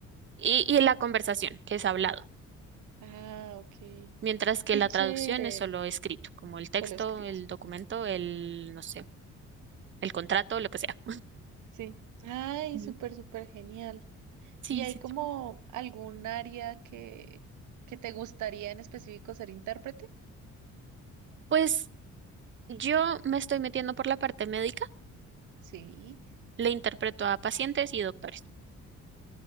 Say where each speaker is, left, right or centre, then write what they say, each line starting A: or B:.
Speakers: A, on the right; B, on the right.
A: Y, y la conversación, que es hablado.
B: Ah, ok.
A: mientras que
B: Qué
A: la
B: chévere.
A: traducción es solo escrito, como el
B: Solo
A: texto,
B: escrito.
A: el documento, el, no sé, el contrato, lo que sea.
B: Sí. Ay,
A: Ujú.
B: súper, súper genial.
A: Sí,
B: ¿Y hay
A: sí.
B: como
A: sí.
B: algún área que, que te gustaría en específico ser intérprete?
A: Pues yo me estoy metiendo por la parte médica,
B: Sí,
A: le interpreto a pacientes y doctores.